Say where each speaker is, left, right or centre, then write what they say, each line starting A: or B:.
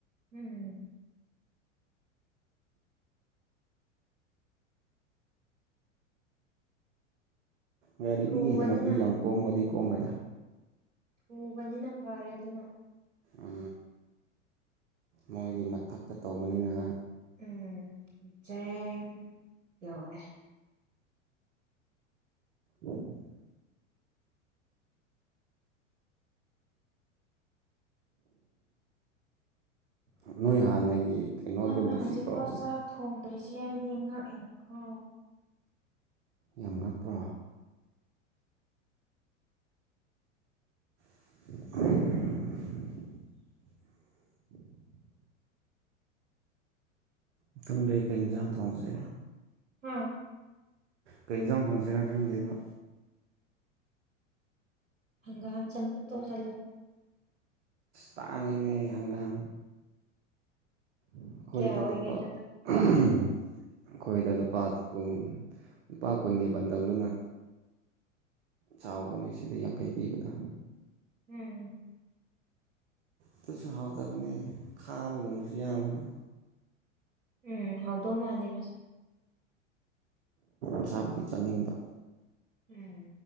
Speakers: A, on the right; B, on the right.
A: ꯎꯝ
B: ꯒꯥꯔꯤꯗꯒꯤ
A: ꯊꯨꯕꯅꯤꯅ
B: ꯍꯦꯟꯅꯗꯤ ꯌꯥꯝ ꯀꯣꯝꯕꯗꯤ ꯀꯣꯝꯃꯦꯗ
A: ꯊꯨꯕꯅꯤꯅ ꯐꯔꯦ ꯑꯗꯨꯅ
B: ꯎ ꯃꯣꯏꯗꯤ ꯃꯊꯛꯇ ꯇꯧꯕꯅꯤꯅ
A: ꯎꯝ ꯆ꯭ꯔꯦꯟ ꯌꯧꯔꯦ
B: ꯎꯝ ꯅꯣꯏ ꯍꯥꯟꯅꯒꯤ ꯀꯩꯅꯣꯗꯣ
A: ꯅꯪꯅ
B: ꯅꯨꯡꯁꯤꯗ꯭ꯔꯣ
A: ꯍꯧꯖꯤꯛ ꯐꯥꯎ ꯆꯥ ꯊꯣꯡꯗ꯭ꯔꯤꯁꯤ ꯑꯩꯗꯤ ꯉꯥꯛꯑꯅꯀꯣ
B: ꯌꯥꯝ ꯉꯛꯄ꯭ꯔꯣ <inaudible> ꯏꯊꯪ ꯂꯩꯀꯩ ꯌꯦꯟꯖꯥꯡ ꯊꯣꯡꯁꯦ
A: ꯑꯥ
B: ꯀꯩ ꯌꯦꯟꯁꯥꯡ ꯊꯣꯡꯁꯤꯅ ꯈꯪꯗꯦꯕ
A: ꯍꯪꯒꯥ ꯑꯝ ꯆꯄ ꯇꯧ ꯆꯂ
B: ꯇꯥꯥꯡ ꯏꯅꯦꯅꯤ ꯍꯪꯒꯥꯝ ꯑꯩꯈꯣꯏꯗ
A: ꯀꯌꯥ ꯑꯣꯏꯒꯦ
B: ꯂꯨꯄꯥ
A: ꯑꯗꯨꯗ
B: ꯑꯩꯈꯣꯏꯗ ꯂꯨꯄꯥ ꯀꯨꯟ ꯂꯨꯄꯥ ꯀꯨꯟꯒꯤ ꯕꯟꯗꯜꯗꯨꯅ ꯆꯥꯎꯕꯅꯦ ꯁꯤꯗ ꯌꯥꯡꯈꯩ ꯄꯤꯕꯗ
A: ꯎꯝ
B: ꯑꯗꯨꯁꯨ ꯍꯥꯎꯇꯕꯅꯦ ꯈꯥꯕꯒꯨꯝꯕꯁꯨ ꯌꯥꯝꯕꯅ
A: ꯎꯝ ꯍꯥꯎꯗꯣ ꯃꯥꯅꯤ ꯃ
B: ꯏꯁꯥꯕꯨꯗꯤ ꯆꯥꯅꯤꯡꯕ
A: ꯎꯝ